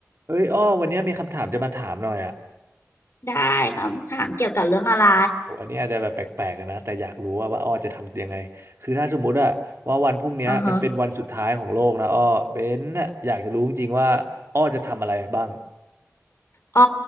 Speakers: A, on the right; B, on the left.
A: เอ้ยอ้อวันเนี้ยมีคำถามจะมาถามหน่อยอ่ะ
B: ได้คำถามเกี่ยวกับเรื่องอะไร
A: โหอันนี้อาจจะแบบแปลกๆอะนะแต่อยากรู้ว่าว่าอ้อจะทำยังไงคือถ้าสมมุติอะว่าวันพรุ่งเนี้ยมันเป็นวันสุดท้ายของโลกนะอ้อเบนน่ะอยากจะรู้จริงๆว่าอ้อจะทำอะไรบ้าง
B: อือฮะ อ้อ